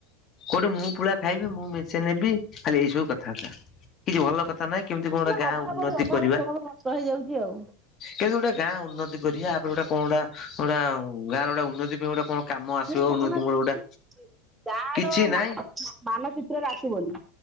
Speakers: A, on the left (about 40°); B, on the right (about 15°).
A: କୋଉଠୁ ମୁଁ ପୁଳା ଖାଇବି ମୁଁ ମେଞ୍ଚେ ନେବି ଖାଲି ଏଇ ସବୁ କଥା ବାର୍ତା କିଛି ଭଲ କଥା ନାହିଁ କେମିତି କଣ ଗୋଟେ
B: ନା
A: ଗାଁ
B: ଅଭାବରୁ
A: ଉନ୍ନତି
B: ଅଭାବ
A: କରିବା।
B: ସ୍ୱଭାବ ନଷ୍ଟ ହେଇଯାଉଛି ଆଉ।
A: କିନ୍ତୁ ଗୋଟେ ଗାଁ ଉନ୍ନତି କରିବା ୟାପରେ ଗୋଟେ କଣ ଗୋଟା ଗୋଟେ ଗାଁ ର ଗୋଟେ ଉନ୍ନତି ପାଇଁ ଗୋଟେ କଣ କାମ ଆସିବ
B: ସେ ଚାହୁଁନାହାନ୍ତି
A: ଉନ୍ନତି ମୂଳ ଗୋଟା
B: ଗାଁ
A: କିଛି
B: ର
A: ନାହିଁ
B: ନାଁରେ ମାନଚିତ୍ରରେ ଆସୁ ବୋଲି